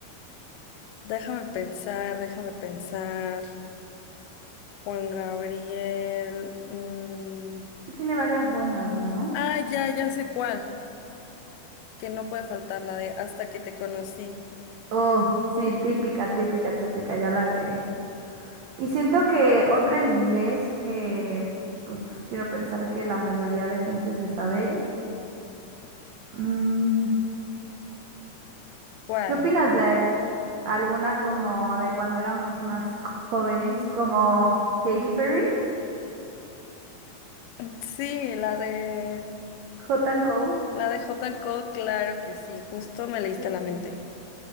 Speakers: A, on the left; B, on the right.
A: Déjame pensar, déjame pensar. Juan Gabriel. mm,
B: Sí tiene varias buenas, ¿no?
A: Ah, ya, ya sé cuál. Que no puede faltar la de Hasta que te conocí.
B: Uf, sí, típica, típica, típica, ya la agregué. Y siento que otra en inglés que pues quiero pensar que la mayoría de gente se sabe. mm,
A: ¿Cuál?
B: ¿Qué opinas de alguna como de cuando éramos más jóvenes, como Katy Perry,
A: <clears throat> Sí, la de...
B: Hot and Cold?
A: La de J. Cole, claro que sí. Justo me leíste
B: Sí.
A: la mente.